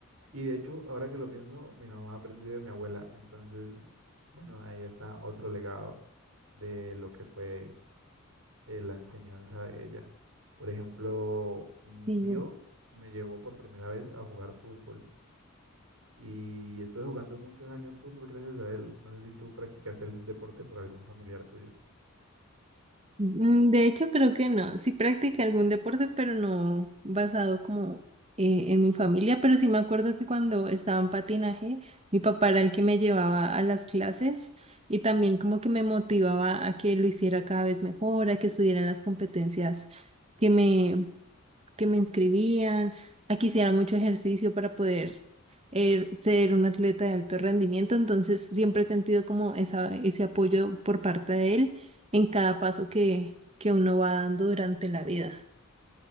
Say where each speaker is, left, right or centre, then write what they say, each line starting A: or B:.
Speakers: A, on the right (about 80°); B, on the right (about 30°).
A: Y de hecho, ahora que lo pienso, mi mamá aprendió de mi abuela. Entonces, bueno, ahí está otro legado de lo que fue eh, la enseñanza de ella. Por ejemplo, mi
B: Sí,
A: tío
B: bueno.
A: me llevó por primera vez a jugar fútbol y estuve jugando muchos años fútbol gracias a él. No sé si tú practicaste algún deporte por algún familiar tuyo.
B: Mm, De hecho, creo que no. Sí practiqué algún deporte, pero no basado como eh, en mi familia. Pero sí me acuerdo que cuando estaba en patinaje, mi papá era el que me llevaba a las clases y también como que me motivaba a que lo hiciera cada vez mejor, a que estuviera en las competencias que me que me inscribían, aquí que hiciera mucho ejercicio para poder eh, ser un atleta de alto rendimiento. Entonces siempre he sentido como esa, ese apoyo por parte de él en cada paso que, que uno va dando durante la vida.